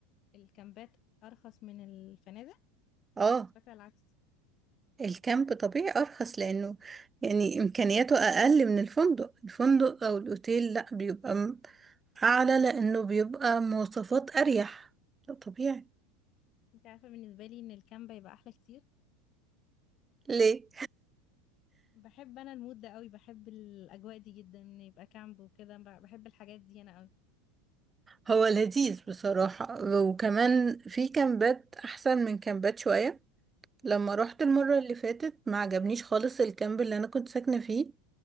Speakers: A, on the left (about 45°); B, on the right (about 20°).
A: الكامبات ارخص من الفنادق
B: اه
A: كنت فاكرة العكس
B: الكامب طبيعي ارخص لانه يعني امكانياته اقل من الفندق الفندق او الاوتيل لا بيبقى م- اعلى لانه بيبقى مواصفات اريح ده طبيعي
A: بس انتي عارفة بالنسبة لي ان الكامب يبقى احلى كتير
B: ليه
A: بحب انا المود ده قوي بحب الاجواء دي جدا إن يبقى كامب وكده ب- بحب الحاجات دي انا قوي
B: هو لذيذ بصراحة وكمان في كامبات احسن من كامبات شوية لما روحت المرة
A: مم.
B: اللي فاتت ما عجبنيش خالص الكامب اللي انا كنت ساكنة فيه